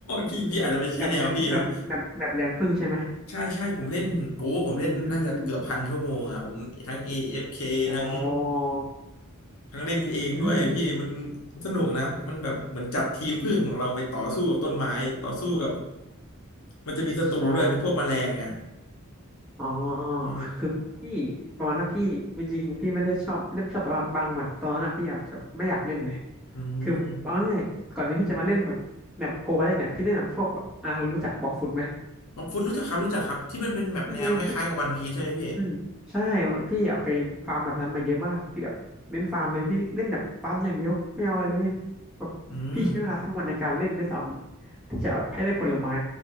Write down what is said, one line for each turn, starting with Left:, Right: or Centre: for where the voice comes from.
Left: พี่พี่อาจจะไม่ใช่แนวพี่เนอะ
Centre: <laughs> อืมแบบแรงแบบแบบแบบแรงพึ่งใช่ไหม
Left: ใช่ใช่ผมเล่นโอ้ผมเล่นน่าจะเกือบพันชั่วโมงอ่ะผมทั้ง
Centre: อืม
Left: AFK
Centre: อ๋อ
Left: ทั้งทั้งเล่นเองด้วยพี่มัน
Centre: อืม
Left: สนุกนะมันแบบเหมือนจัดทีมพึ่งของเราไปต่อสู้กับต้นไม้ต่อสู้กับมันจะมีศัตรูด้วยเป็นพวกแมลงไง
Centre: ใช่อ๋อ
Left: อืม
Centre: คือพี่ประมาณว่าพี่จริงๆพี่ไม่ได้ชอบไม่ได้ชอบแต่ว่าบางแบบตอนนั้นอะพี่อาจจะแบบไม่อยากเล่นไง
Left: อืม
Centre: คือเอาง่ายๆก่อนที่พี่จะมาเล่นแบบแบบโกกันเนี่ยพี่เล่นแบบพวกแบบอ่ะเรารู้จักบอกฟุตไหม
Left: มังคุดรู้จักครับรู้จักครับที่มันเป็นแบบแนวคล้ายๆกับวันพีชใช่ไหมพี่
Centre: ไม่พี่อืมใช่พี่อยากไปฟาร์มแบบนั้นมาเยอะมากพี่แบบเล่นฟาร์มเลยพี่เล่นแบบฟาร์มอย่างเดียวไม่เอาอะไรเลยแบบพี่ใช้เวลาทั้งวันในการเล่นด้วยซ้ำที่จะแบบให้ได้ผลไม้
Left: อืม